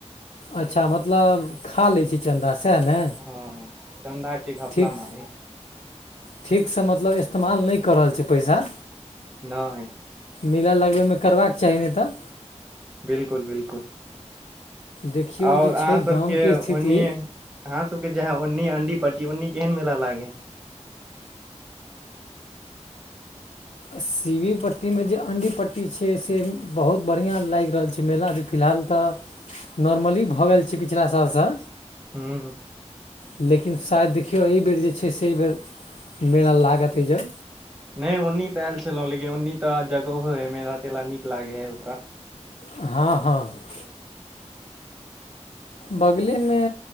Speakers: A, on the left; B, on the right.
A: अच्छा! मतलब खा लै छै, चन्दा सएह ने।
B: हँ, चन्दाक की घपला
A: ठीक
B: मारी
A: ठीकसँ मतलब इस्तेमाल नहि कऽ रहल छ पैसा।
B: नहि।
A: मेला लगबैमे करबाक चाही नहि तऽ।
B: बिल्कुल! बिल्कुल!
A: देखियौ
B: आओर
A: जे
B: अहाँसभके
A: छै गामके स्थिति
B: ओनी अहाँ सबके जे है ओन्नी अंडी पटी न्नी केहन मेला लागे है <unintelligible>
A: सीवी पट्टीमे जे, अणडी पट्टी छै से बहुत बढ़िआँ लागि रहल छै मेला, अभी फिलहाल तऽ नॉर्मली भऽ गेल छै पिछिला सालसँ।
B: हू।
A: लेकिन शायद देखियौ, एहिबेर जे छै से एहिबर मेला लागत एहि ज
B: नहि ओन्नी तऽ आयल छलहुँ, लेकिन ओन्नी तऽ जगहो हय, मेला- तेला नीक लागे हय ओतऽ।
A: हँ- हँ। बगलेमे